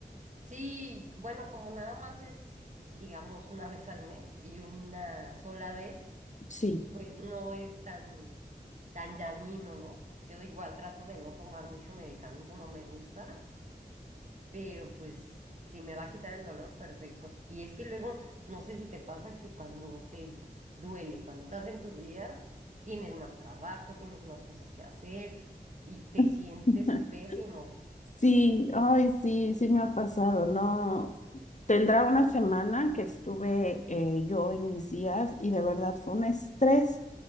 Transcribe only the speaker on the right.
Sí, bueno, como nada más es, digamos, una vez al mes y una sola vez,
pues no es tan, tan dañino, ¿no? Yo igual trato de no tomar mucho medicamento, no me gusta, pero pues si me va a quitar el dolor, perfecto. Y es que luego, no sé si te pasa que cuando te duele, cuando estás en tus días, tienes más trabajo, tienes más cosas que hacer y te
sientes pésimo.